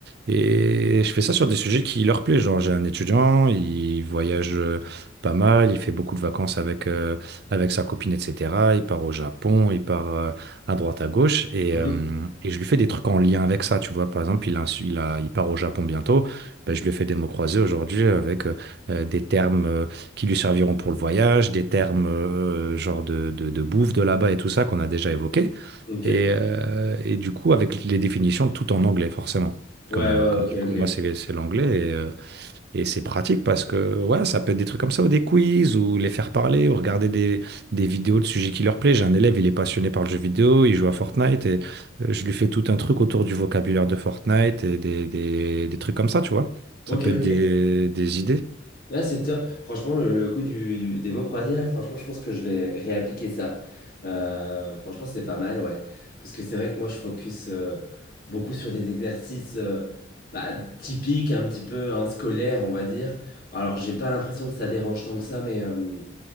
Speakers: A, on the right; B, on the left.
A: Et je fais ça sur des sujets qui leur plaisent. Genre, j'ai un étudiant, il voyage euh, pas mal, il fait beaucoup de vacances avec, euh, avec sa copine, etc. Il part au Japon, il part euh, à droite, à gauche. Et,
B: Mhm.
A: euh, et je lui fais des trucs en lien avec ça. Tu vois, par exemple, il a, un su- il a- il part au Japon bientôt. Ben, je lui fais des mots croisés aujourd'hui avec euh, euh, des termes euh, qui lui serviront pour le voyage, des termes euh, genre de, de, de bouffe de là-bas et tout ça qu'on a déjà évoqué.
B: Ok.
A: Et,
B: Ouais,
A: euh, et du coup, avec les définitions, tout en anglais, forcément.
B: ouais,
A: Comme, euh,
B: ouais,
A: comme
B: ok,
A: du coup,
B: ok.
A: moi, c'est c'est l'anglais et, euh, et c'est pratique parce que ouais, ça peut être des trucs comme ça ou des quiz ou les faire parler ou regarder des, des vidéos de sujets qui leur plaisent. J'ai un élève, il est passionné par le jeu vidéo, il joue à Fortnite et euh, je lui fais tout un truc autour du vocabulaire de Fortnite et des, des, des trucs comme ça, tu vois. Ça
B: Ok,
A: peut être
B: ok.
A: des, des idées.
B: Là, c'est top. Franchement, le, le coup du, du- des mots croisés, là, franchement, je pense que je vais réappliquer ça. Euh, franchement, c'est pas mal, ouais. Parce que c'est vrai que moi, je focus euh, beaucoup sur des exercices euh, bah, typiques, un petit peu hein, scolaires, on va dire. Alors, j'ai pas l'impression que ça dérange tant que ça, mais euh,